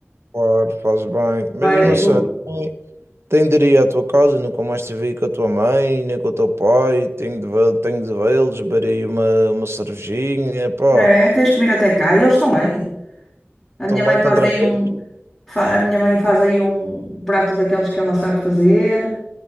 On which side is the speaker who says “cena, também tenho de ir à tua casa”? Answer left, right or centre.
Right